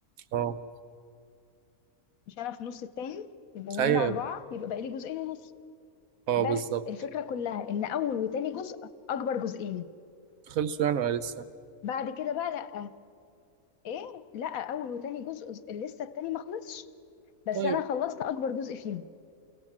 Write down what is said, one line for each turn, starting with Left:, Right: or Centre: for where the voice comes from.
Right: اه
Left: مش انا في نص التاني يبقوا
Right: ايوه
Left: هم اربعة يبقى بقالي جزئين ونص
Right: اه
Left: بس
Right: بالظبط
Left: الفكرة كلها ان اول وتاني جزء اكبر جزئين
Right: خلصوا يعني ولا لسه
Left: بعد كده بقى لا ايه لا اول وتاني جزء ز- لسه التاني ما خلصش بس
Right: طيب
Left: انا خلصت اكبر جزء فيهم